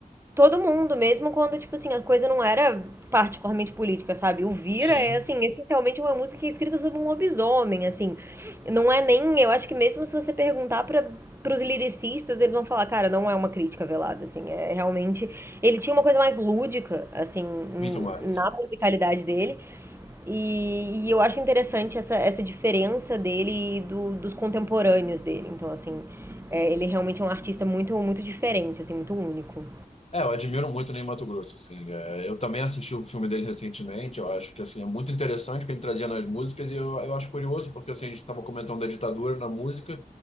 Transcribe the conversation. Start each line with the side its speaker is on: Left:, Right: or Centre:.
Right: Todo mundo, mesmo quando, tipo assim, a coisa não era particularmente política, sabe? O Vira
Left: Sim,
Right: é, assim, essencialmente uma música que é escrita sobre um lobisomem, assim. Não é nem, eu acho que mesmo se você perguntar para pros lyricistas, eles vão falar, cara, não é uma crítica velada, assim, é realmente... Ele tinha uma coisa mais lúdica, assim, em-
Left: muito mais.
Right: na musicalidade dele, e, e eu acho interessante essa, essa diferença dele e do, dos contemporâneos dele, então, assim, é, ele realmente é um artista muito, muito diferente, assim, muito único.
Left: É, eu admiro muito o Ney Matogrosso, assim. É, eu também assisti o filme dele recentemente, eu acho que, assim, é muito interessante o que ele trazia nas músicas e eu, eu acho curioso, porque, assim, a gente estava comentando da ditadura na música